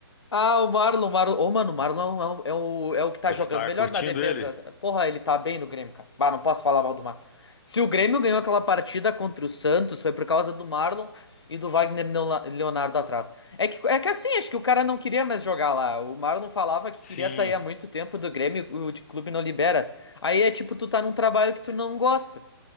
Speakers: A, on the left; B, on the left.
A: Ah, o Marlon, Marlon. Ô, mano, o Marlon é o, é um, é o é o que tá
B: Você
A: jogando
B: está
A: melhor
B: curtindo
A: na defesa.
B: ele?
A: Porra, ele tá bem no Grêmio, cara. Bah, não posso falar mal do Marlon. Se o Grêmio ganhou aquela partida contra o Santos, foi por causa do Marlon e do Wagner Neola- Leonardo atrás. É que, é que assim, acho que o cara não queria mais jogar lá. O Marlon falava que
B: Sim,
A: queria sair há muito tempo do Grêmio, o de clube não libera. Aí é tipo, tu tá num trabalho que tu não gosta.